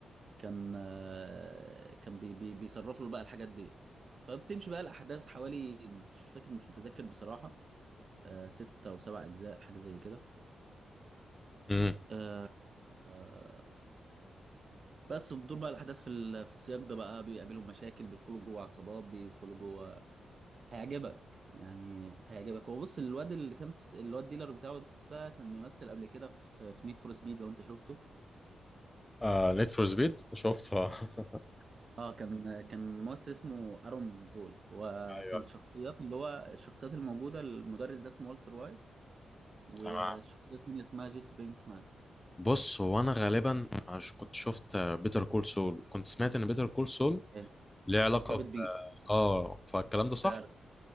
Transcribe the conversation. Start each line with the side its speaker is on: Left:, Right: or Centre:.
Right: كان آه كان بي بي بيصرف له بقى الحاجات دي فبتمشي بقى الأحداث حوالي مش فاكر مش متذكر بصراحة آه ستة أو سبع أجزاء حاجة زي كده
Left: امم
Right: آه آه بس بتدور بقى الأحداث في ال- في السياق ده بقى بيقابلهم مشاكل بيدخلوا جوه عصابات بيدخلوا جوه هيعجبك يعني هيعجبك هو بص الواد اللي كان في اللي هو الديلر بتاعه ده كان ممثل قبل كده في في نيد فور سبيد لو انت شفته
Left: آه نيد فور سبيد شفتها <laughs>
Right: اه كان كان ممثل اسمه ارون بول وفي
Left: ايوه
Right: الشخصيات اللي هو الشخصيات الموجوده المدرس ده اسمه والتر وايت والشخصيه
Left: تمام
Right: التانيه اسمها جيسي بينكمان
Left: بص هو انا غالبا عش كنت شفت بيتر كول سول كنت سمعت ان بيتر كول سول
Right: إيه،
Left: ليه علاقة
Right: مرتبط
Left: ب...
Right: بيه
Left: اه فالكلام ده صح
Right: ف...